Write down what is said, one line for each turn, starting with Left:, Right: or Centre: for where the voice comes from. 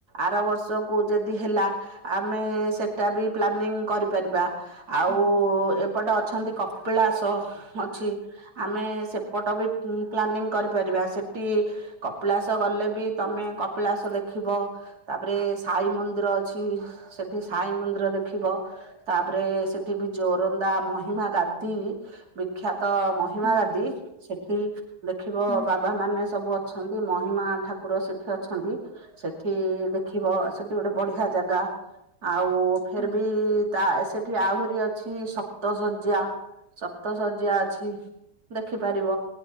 Right: ଆର ବର୍ଷକୁ ଯଦି ହେଲା ଆମେ ସେଟା ବି ପ୍ଲାନିଂ କରିପାରିବା। ଆଉ
Left: ହୁଁ
Right: ସେପଟ ଅଛନ୍ତି କପିଳାସ ଅଛି। ଆମେ ସେପଟ ବି ପ୍ଲାନିଂ କରିପାରିବା, ସେଠି କପିଳାସ ଗଲେ ବି ତମେ କପିଳାସ ଦେଖିବ। ତାପରେ ସାଇ ମନ୍ଦିର ଅଛି। ସେଠି ସାଇ ମନ୍ଦିର ଦେଖିବ। ତାପରେ ସେଠି ବି ଜୋ ରନ୍ଦା ମହିମା ଗାଦି ବିଖ୍ୟାତ। ତ ମହିମା
Left: ହୁଁ
Right: ଦାଦି ସେଠ ଠିକ। ଦେଖିବ
Left: ହୁଁ
Right: ବାବା ମାନେ ସବୁ ଅ ଅଛନ୍ତି। ମହିମା ଠାକୁର ସେଠି ଅଛନ୍ତି। ସେଠି ଦେଖିବ ସେଠି ଗୋଟେ ବଢିଆ ଜାଗା ଆଉ ଫେର୍
Left: ହୁଁ
Right: ବି ତା ସେଠି ଆହୁରି ଅଛ ଛି ସପ୍ତ ଶଯ୍ୟା। ସ ସପ୍ତ ଶଯ୍ୟା ଅଛି ଦେଖ୍ ରଖିପାରିବ